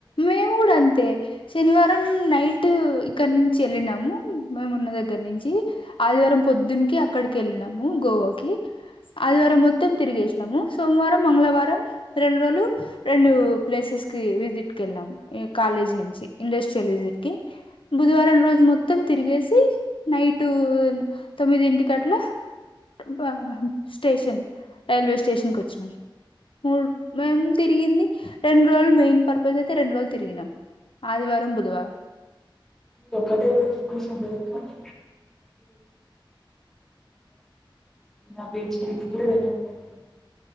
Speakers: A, on the left; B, in the centre.
A: మేము కూడా అంతే శనివారం నై టు ఇక్కడి నుంచి వెళ్ళినాము మేమున్న దగ్గర్నుంచి ఆదివారం పొద్దునికి అక్కడికి వెళ్ళి లము గోవాకి అదివారం మొత్తం తిరిగేష్ సోమవారం మంగళవారం రెండు రోజులు రెండు ప్లేసెస్ కి విజిట్ కెళ్ళాం ఈ కాలేజ్ నుంచి ఇండస్ట్రియల్ విజిట్కి బుధవారం రోజు మొత్తం తిరిగేసి నైటు తొమ్మిది ఇంటికి అట్లా ఇప్పామ్ స్టేషన్ రైల్వే స్టేషన్ కొచ్చినాన్ మూడ్ మేం తిరిగింది రెండ్రో రోజులు మెయిన్ పర్ప్ <inaudible> రెండ్రోజులు తిరిగినం ఆదివారం బుధవారం
B: ఒకటే రోజు <unintelligible> ఆ బేడీషీట్కె రెండు వందలు <inaudible>